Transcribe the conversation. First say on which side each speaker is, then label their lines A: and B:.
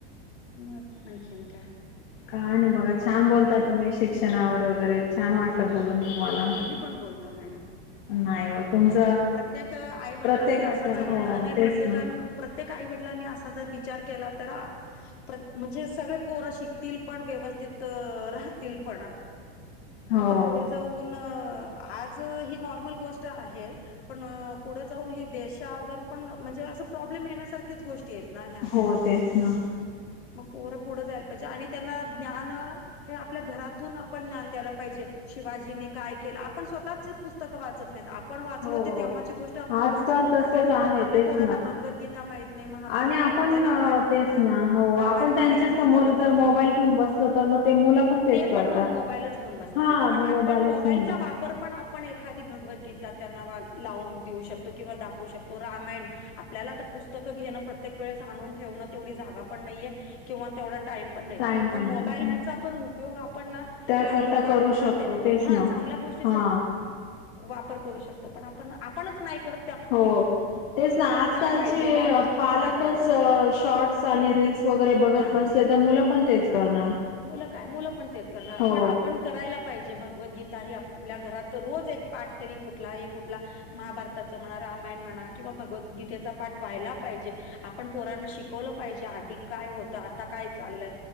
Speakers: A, on the left; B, on the left.
A: मग आणखीन काय
B: काय नाही बघा छान बोलता तुम्ही शिक्षणावर वगैरे छान वाटलं
A: हम्म
B: बोलून तुम्हाला
A: तुम्ही पण बोलता मॅडम
B: नाही व तुमच
A: प्रत्येक आई वडिलांनी
B: प्रत्येकाच
A: असा जर
B: हो
A: नाही
B: तेच
A: प्रत्येकान
B: ना
A: प्रत्येक आईवडिलांनी असा जर विचार केला तर म्हणजे सगळे पोरं शिकतील पण व्यवस्थित राहतील पण
B: हो
A: मग तर पुढे जाऊन आज ही नॉर्मल गोष्ट आहे पण पुढे जाऊन हे देशावर पण म्हणजे असं प्रॉब्लेम येण्यासारख्याच गोष्टी आहेत नाही ह्या
B: हो तेच ना
A: मग पोर पुढं जायला पाहिजे आणि त्यांना ज्ञान हे आपल्या घरातून आपण ज्ञान द्यायला पाहिजे शिवाजींनी काय केलं आपण स्वतःच पुस्तक वाचत नाहीत आपण वाचलो
B: हो
A: तेव्हाची गोष्ट आपण
B: आजकाल
A: तेव्हा सोडून
B: तसच
A: टाकले
B: आहे
A: आपल्या
B: तेच
A: पोरांना
B: ना
A: भगवद्गीता माहिती नाही महाभारत
B: आणि आपण
A: माहित नाही रामायण महा
B: तेच ना हो
A: रामायण
B: आपण
A: माहित
B: त्यांच्या समोर
A: नाही त्या लोकांना
B: जर मोबाईल घेऊन बसलो तर मग ते मुलं तेच
A: ते
B: करता
A: पण मोबाईलच घेऊन बसणार
B: हा
A: पण
B: मोबाईलच
A: आपण मो
B: घेऊन बस
A: वापर पण आपण एखादी भगवद्गीता त्यांना लावून देऊ शकतो किंवा दाखवू शकतो रामायण आपल्याला आता पुस्तकं घेणं प्रत्येक वेळेस आणून ठेवणं तेवढी जागा पण नाहीये किंवा तेवढा टाइम
B: टाइम
A: पण मोबाईलचा
B: नाही ह
A: पण उपयोग आपण ना
B: त्याकरता
A: ह
B: करू शकतो तेच
A: ह
B: ना
A: चांगल्या गोष्टी
B: हा
A: वापर करू शकतो पण आपण आपण नाही कर
B: हो तेच ना आजकालचे
A: माहिती आहे नॉलेज किती
B: पालकच
A: आहे आपल्याला
B: शॉर्ट्स आणि रीलस वगैरे बघत
A: हा
B: बसले तर मुलं पण तेच करणार
A: मुलं काय मुलं पण तेच करणार
B: हो
A: पण आपण करायला पाहिजे भगवद्गीता ह आपल्या घरात रोज एक पाठ तरी कुठलाही कुठला महाभारताच म्हणा रामायण म्हणा किंवा भगवद्गीतेचा पाठ व्हायला पाहिजे आपण पोरांना शिक शिकवलं पाहिजे आधी काय होतं आता काय चालय